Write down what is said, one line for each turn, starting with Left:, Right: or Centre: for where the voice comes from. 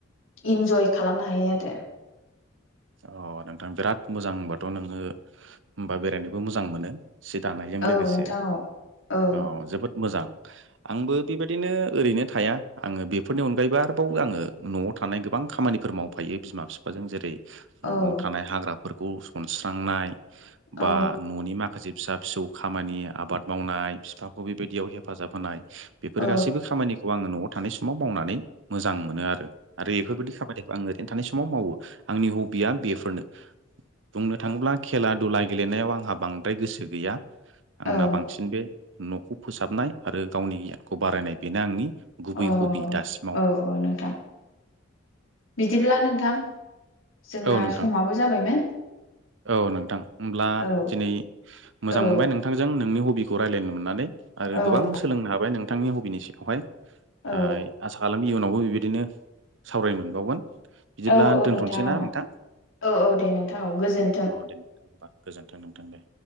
Left: इन्जय खालामनो हायो आरो
Right: अ नोंथां बिराद मोजां होनबाथ नोङो होमबा बेरायनोबो मोजां मोनो सि दानायजों
Left: औ
Right: लोगोसे
Left: नोंथां औ औ
Right: अ जोबोद मोजां आंबो बेबायदिनो ओरैनो थाया आङो बेफोरनि अनगायैबो आरोबाव आङो न'आव थानाय गोबां खामानिफोर मावफायो बिमा फिफाजों जेरै न'आव
Left: औ
Right: थानाय हाग्राफोरखौ सनस्रांनाय
Left: औ
Right: बा न'नि माखासे फिसा फिसौ खामानि आबाद मावनाय बिफाखौ बेबायदियाव हेफाजाब होनाय बेफोर
Left: औ
Right: गासैबो खामानिखौ आङो न'आव थानाय समाव मावनानै मोजां मोनो आरो आरो एफोरबायदि खामानिखौ आं ओरैनो थानाय समाव मावो आंनि हबिया बेफोरनो बुंनो थाङोब्ला खेला दुला गेलेनायाव आंहा बांद्राय गोसो गैया
Left: औ
Right: आंना बांसिन बे न'खौ फोसाबनाय आरो गावनि गियानखौ बारायनाय बेनो आंनि गुबै
Left: अ
Right: हबि दासिमाव
Left: औ औ नोंथां बिदिब्ला नोंथां जोंना
Right: औ नोंथां
Left: समाबो जाबायमोन
Right: औ नोंथां होमब्ला
Left: औ
Right: दिनै मोजां
Left: औ
Right: मोनबाय नोंथांजों नोंनि हबिखौ रायज्लायनो मोननानै आरो
Left: औ
Right: गोबां सोलोंनो हाबाय नोंथांनि हबिनि सिङावहाय
Left: औ
Right: ओ आसा खालामो नि उनावबो बिदिनो सावरायनो मोनावगोन बिदिब्ला
Left: औ औ
Right: दथ'नो- सैना
Left: औ
Right: नोंथां
Left: औ औ दे नोंथां औ गोजोन्थों।
Right: औ दे नोंथां होमबा गोजोन्थों नोंथां दे